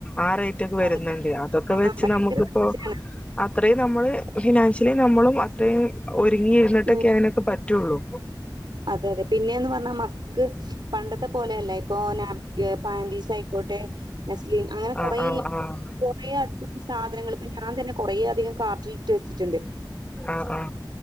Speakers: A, on the left; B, on the right.
A: ആറൈറ്റൊക്കെ വെരുന്നുണ്ട്
B: ഭയങ്കര
A: അതൊക്കെ വെച്ച്
B: ആ ഭയങ്കര
A: നമുക്കിപ്പോ
B: പൈസയാണ്.
A: അത്രയും നമ്മള് ഫിനാൻഷ്യലി നമ്മളും അത്രയും ഒരുങ്ങിയിരുന്നിട്ടൊക്കെ
B: ഉം
A: അതിനൊക്കെ പറ്റുള്ളൂ
B: അതെ അതെ പിന്നെന്ന് പർഞ്ഞാ മ ക്ക് പണ്ടത്തെ പോലെയല്ല ഇപ്പൊ നാപ് പാന്റീസായ്ക്കോട്ടെ നെസ്ലീൻ അങ്ങനെ
A: ആഹ്
B: കൊറേ
A: ആഹ് ആഹ്
B: കൊറേ അധികം സാധനങ്ങൾ ഇപ്പ ഞാൻ തന്നെ കൊറേ അധികം കാർട്ടിലിട്ട് വെച്ചിട്ട്ണ്ട്
A: ആ ആ